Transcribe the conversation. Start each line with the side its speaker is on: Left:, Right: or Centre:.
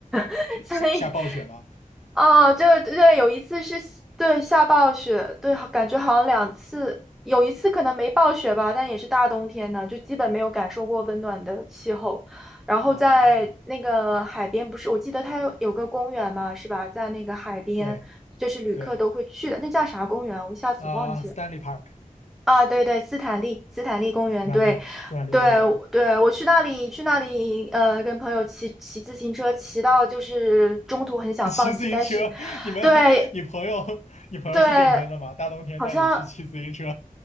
Centre: <laughs>
Left: 就下下暴雪吗？
Centre: 所以哦，就对，有一次是对下暴雪，对，感觉好像两次，有一次可能没暴雪吧，但也是大冬天的，就基本没有感受过温暖的气候。然后在那个海边，
Left: 哦，
Centre: 不是，我记得它有有个公园嘛，是吧？在那个海边，
Left: 对
Centre: 就是旅客都会去的，
Left: 对，
Centre: 那叫啥公园？我一下子忘记了。
Left: 啊、s t a n l e y Park，斯
Centre: 啊，对对，斯坦利，斯坦利公园，
Left: 坦利斯坦利公园。
Centre: 对，对对，我去那里，去那里，呃，跟朋友骑骑自行车，骑到就是中途很想放弃，
Left: <laughs> 骑自行车，
Centre: 但是，
Left: 你们，
Centre: 对
Left: 你朋友，你朋友是认真的吗？
Centre: 对，
Left: 大冬天带你去骑自行车，
Centre: 好像